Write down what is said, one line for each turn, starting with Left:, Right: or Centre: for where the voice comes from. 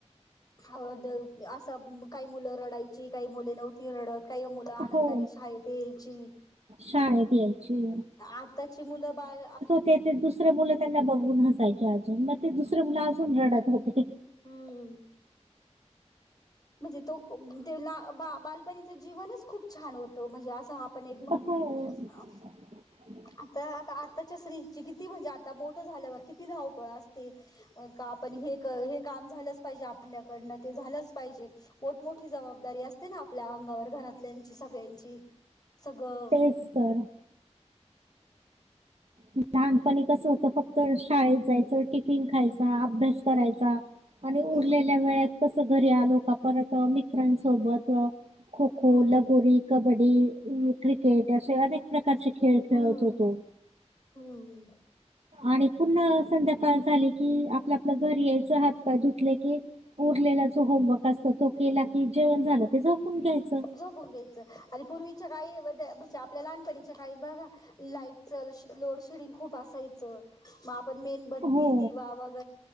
Left: ह द असं काही मुलं रडायची काही मुले नव्हती. ती रडत काही मुलं आनंदानी
Right: हो
Left: शाळेतही यायची.
Right: शाळेत यायची
Left: आताची मुलं बाळ आ
Right: ते ते दुसरं मुलं त्यांना बघून हसायचे अजून मग ते दुसरे मुलं अजून रडत होते.
Left: हम्म. म्हणजे तो ते बा बा बालपणीचं जीवनच खूप छान होतं म्हणजे आस हाप पण एक म्हण
Right: हो
Left: आह्.
Right: <inaudible>
Left: आता आता आताच्या स्त्रीची किती म्हणजे आता मोठ झाल्यावर किती धावपळ असते. का आपण हे हे काम झालंच पाहिजे आपल्याकडनं ते झालंच पाहिजे मोठ-मोठी जबाबदारी असते ना आपल्या अंगावर घरात. ल्यांची सगळ्यांची सगळं
Right: सॉरी. लहानपणी कसं हो तर फक्त शाळेत जायचं, टिफिन खायचा, अभ्यास करायचा आणि उरलेल्या
Left: हम्म
Right: वेळात तस घरी आलो का परत अ मित्रांसोबत अ खो खो
Left: हम्म
Right: लगोरी कबड्डी उम्म क्रिक ेट असे अनेक प्रकारचे खेळ खेळत
Left: हम्म
Right: होतो
Left: हम्म
Right: आणि पूर्ण संध्याकाळ झाली कि आपलं आपलं घर यायचं हात पाय धुतले की उरलेला जो होमवर्क असत तो केला की जेवण झालं ते झपून घ्यायचं
Left: झोपून घ्यायचं आणि पूर्वीच्या काही म्हणजे आपल्या लहानपणीच्या काही बघा लाईट च लोडशेडिंग खूप असायचं मग आपण मेनबत्ती
Right: हो,
Left: दिवा व अ